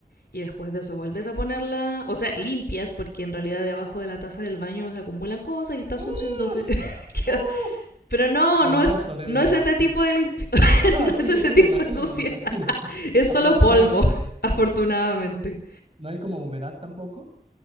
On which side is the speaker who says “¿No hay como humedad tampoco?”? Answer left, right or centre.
Right